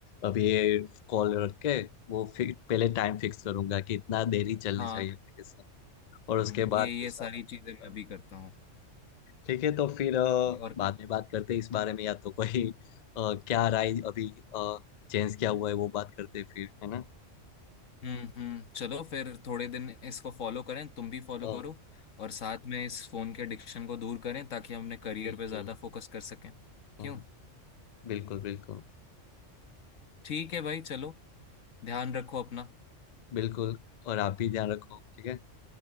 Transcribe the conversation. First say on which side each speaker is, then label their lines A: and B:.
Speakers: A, on the left; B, on the left.
A: अभी ये कॉल रख के वो फिर पहले टाइम फिक्स करूंगा कि इतना देरी चलनी
B: हाँ
A: चाहिए एप्लीकेशन और
B: हम्म,
A: उसके
B: ये
A: बाद
B: ये
A: दूसरा
B: सारी
A: काम करूंगा
B: चीजें मैं भी करता हूँ
A: ठीक है तो फिर अ,
B: और
A: बाद में बात करते हैं इस बारे में या तो कोई अ, क्या राय अभी चेंज क्या हुआ है वो बात करते हैं फिर है ना
B: हम्म हम्म चलो फिर थोड़े दिन इसको फॉलो करें तुम भी फॉलो
A: हाँ
B: करो और साथ में इस फोन के एडिक्शन को दूर करें ताकि हम अपने करियर
A: बिल्कुल
B: पे ज्यादा फोकस कर सकें क्यों
A: हाँ बिल्कुल बिल्कुल
B: ठीक है भाई चलो ध्यान रखो अपना
A: बिल्कुल और आप भी ध्यान रखो ठीक है